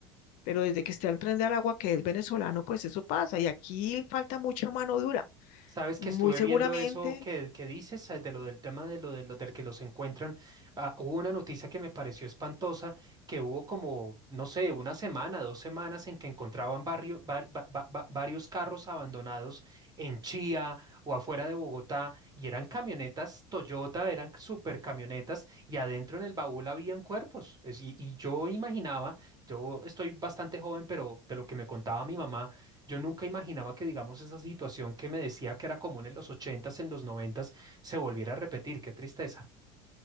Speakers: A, on the left (about 55°); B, on the right (about 25°).
A: pero desde que está el Tren del Agua, que es venezolano, pues eso pasa y aquí falta mucha mano dura.
B: Sabes
A: Muy
B: que estuve
A: seguramente.
B: viendo eso que, que dices eh, de lo del tema de lo de lo del que los encuentran. Ah, hubo una noticia que me pareció espantosa, que hubo como, no sé, una semana, dos semanas en que encontraban barrio, var- va- va- va- varios carros abandonados en Chía o afuera de Bogotá y eran camionetas Toyota, eran super camionetas y adentro en el baúl habían cuerpos. Es- y y yo imaginaba, yo estoy bastante joven, pero de lo que me contaba mi mamá. Yo nunca imaginaba que, digamos, esa situación que me decía que era común en los ochentas, en los noventas, se volviera a repetir. Qué tristeza.